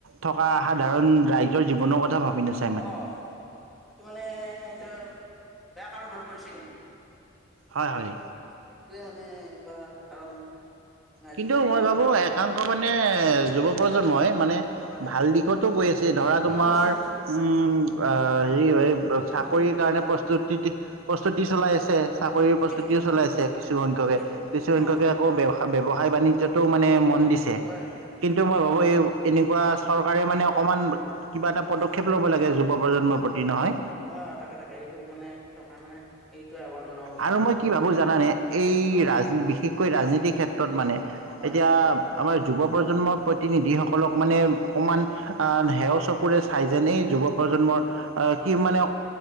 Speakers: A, on the right; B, in the centre.
A: থকা সাধাৰণ ৰাইজৰ জীৱনৰ কথা ভাবি নেচা
B: অঁ সেইটো মানে এতিয়া বেয়া কাৰণ হৈ পৰিছে কিন্তু।
A: হয় হয়।
B: সেইটোয়ে মানে এনেকুৱা এটা কাৰণ আজিকালি
A: কিন্তু মই ভাবো, একাংশ মানে যুৱ
B: হয়
A: প্ৰজন্মই
B: হয়
A: মানে
B: হয় হয়
A: ভাল দিশতো গৈ আছে, ধৰা তোমাৰ
B: অ নিশ্চয় নিশ্চয়
A: উম অ হেৰি
B: সংগঠন
A: চাকৰিৰ কাৰণে
B: চালেও
A: প্ৰস্তুতি প্ৰস্তুতি চলাই আছে, চাকৰিৰ
B: ঠিকে
A: প্ৰস্তুতিও
B: ঠিকে ঠিকে
A: চলাইছে কিছু সংখ্যকে।
B: ঠিকে
A: কিছু সংখ্যকে
B: অ
A: আকৌ ব্য ব্য ব্যৱসায় সায় বাণিজ্যটো মানে মন দিছে,
B: হয়
A: কিন্তু মই ভাবো এই এনেকোৱা
B: ঠিক কথা
A: চৰ তাৰে মানে অকণমান কিবা এটা পদক্ষেপ
B: হয়
A: লব লাগে, যুৱ প্ৰজন্মৰ প্ৰতি নহয়।
B: অ তাকে তাকে, এইটো মানে চৰকাৰে মানে এইটোয়ে আহ্বান। জনাব বিচাৰো
A: আৰু মই কি ভাবো জানানে এই
B: অ
A: ৰাজ বিশেষকৈ ৰাজনীতিৰ ক্ষেত্ৰত মানে,
B: হয়
A: এতিয়া
B: হয় হয়
A: আমাৰ যুৱ প্ৰজন্মৰ প্ৰতিনিধি সকলক মানে অকমান।
B: হয়
A: অ হেও চকুৰে চাই যেন এই যুৱ প্ৰজন্মৰ আহ
B: হয়
A: কি
B: হয়
A: মানে,